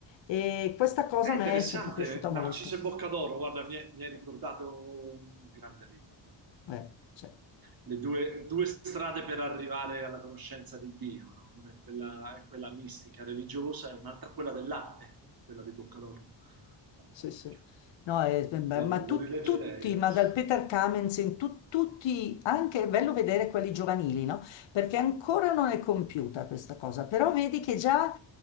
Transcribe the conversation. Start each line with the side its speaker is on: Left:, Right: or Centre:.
Left: E questa cosa
Right: È interessante,
Left: a me è sempre piaciuta
Right: Narciso
Left: molto.
Right: e Boccadoro, guarda, mi è- mi hai ricordato un grande libro,
Left: Eh, sì.
Right: le due, due strade per arrivare alla conoscenza di Dio, no? Una è quella, è quella mistica, religiosa, e un'altra quella dell'arte, quella di Boccadoro. Fantastico.
Left: Sì, sì. No, è-
Right: Guarda,
Left: ma ma
Right: lo
Left: tu-
Right: rileggerei
Left: tutti,
Right: adesso.
Left: ma dal Peter Kamenzen, tu- tutti, anche è bello vedere quelli giovanili, no? Perché ancora non è compiuta questa cosa, però vedi che già,